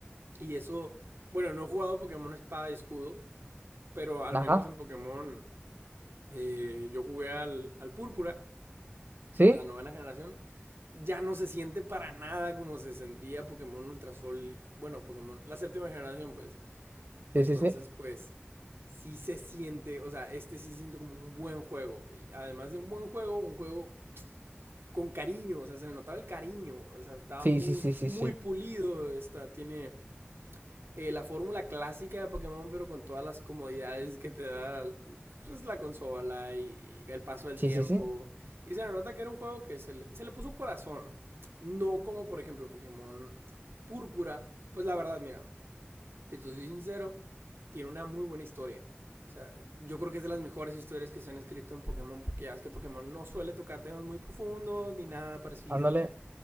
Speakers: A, on the right; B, on the right.
A: Y eso, bueno, no he jugado Pokémon Espada y Escudo, pero al
B: Ajá.
A: menos en Pokémon eh, yo jugué al, al Púrpura
B: Sí,
A: de la novena generación. Ya no se siente para nada como se sentía Pokémon Ultrasol, y- bueno, Pokémon, la séptima generación pues. Entonces,
B: sí, sí, sí.
A: pues, sí se siente, o sea, este sí se siente como un buen juego. Y además de un buen juego, un juego con cariño, o sea, se le notaba el cariño, o sea, estaba
B: Sí,
A: muy,
B: sí, sí, sí,
A: muy
B: sí.
A: pulido, está, tiene eh, la fórmula clásica de Pokémon, pero con todas las comodidades que te da pues, la consola y, y el paso del
B: Sí,
A: tiempo.
B: sí, sí.
A: Y se le nota que era un juego que se le, se le puso corazón, no como por ejemplo Pokémon Púrpura. Pues la verdad, mira, si te soy sincero, tiene una muy buena historia. O sea, yo creo que es de las mejores historias que se han escrito en Pokémon, porque ya ves que Pokémon no suele tocar temas muy profundos ni nada parecido.
B: Ándale,